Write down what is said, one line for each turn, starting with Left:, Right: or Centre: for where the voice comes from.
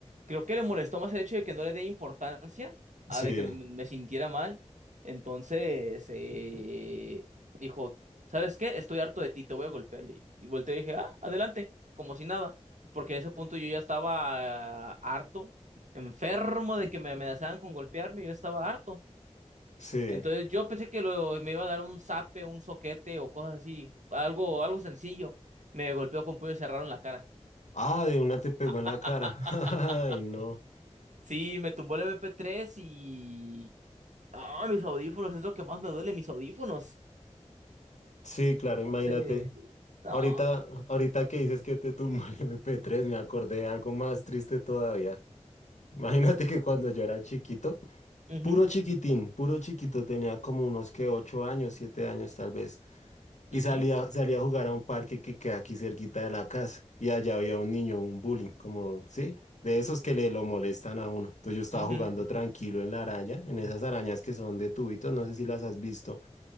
Right: Creo que le molestó más el hecho de que no le dé importancia a
Left: Sí,
Right: de que me me sintiera mal. Entonces eh, dijo, ¿sabes qué? Estoy harto de ti, te voy a golpear. Y y volteé y dije, ah, adelante, como si nada. Porque en ese punto yo ya estaba ah, harto, enfermo de que me amenazaran con golpearme, yo estaba harto.
Left: sí.
Right: Entonces yo pensé que lo, me iba a dar un zape, un soquete o cosas así, algo, algo sencillo. Me golpeó con puño cerrado en la cara.
Left: Ah, de una te pegó
Right: <laughs>
Left: en la cara. <laughs> Ay, no.
Right: Sí, me tumbó el MP3 y... Ah, mis audífonos, es lo que más me duele, mis audífonos.
Left: Sí, claro,
Right: Entonces,
Left: imagínate.
Right: no.
Left: Ahorita, ahorita que dices que te tumbó el MP3, me acordé de algo más triste todavía. Imagínate que cuando yo era chiquito,
Right: Ujú,
Left: Puro chiquitín, puro chiquito, tenía como unos que ocho años, siete años tal vez, y
Right: ujú,
Left: salía, salía a jugar a un parque que queda aquí cerquita de la casa, y allá había un niño, un bullying, como, sí, de esos que le lo molestan a uno. Entonces yo estaba
Right: ujú.
Left: jugando tranquilo en la araña, en esas arañas que son de tubitos, no sé si las has visto.